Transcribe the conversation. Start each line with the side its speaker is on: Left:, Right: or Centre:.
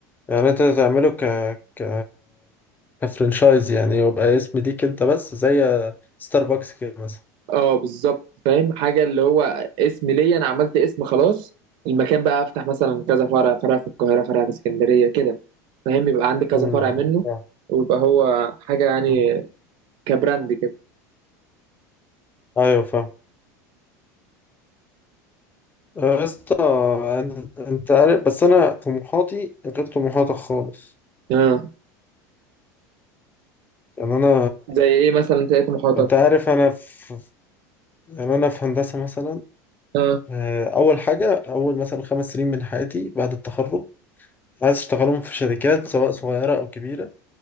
Left: يعني انت تعمله ك ك كفرنشايز يعني يبقى اسم ليك انت بس زي ستاربكس كده مثلا
Right: اه بالظبط فاهم حاجه اللي هو اسم ليا انا عملت اسم خلاص المكان بقى افتح مثلا كذا فرع فرع في القاهره فرع في اسكندريه كده فاهم يبقى عندي كذا
Left: مم،
Right: فرع منه
Left: فاهم،
Right: ويبقى هو حاجه يعني
Left: فاهم.
Right: كبراند كده
Left: ايوه فاهم آه، يا اسطى أنا- انت عارف بس انا طموحاتي غير طموحاتك خالص
Right: اه
Left: يعني انا
Right: زي ايه مثلا تلاقي محاطك
Left: انت عارف انا في يعني انا في هندسه مثلا
Right: اه
Left: آه، اول حاجه اول مثلا خمس سنين من حياتي بعد التخرج عايز اشتغلهم في شركات سواء صغيره او كبيره